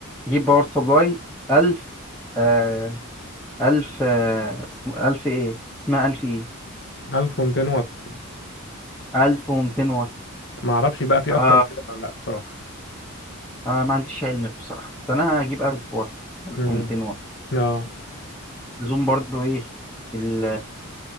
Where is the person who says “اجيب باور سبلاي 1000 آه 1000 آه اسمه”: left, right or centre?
Centre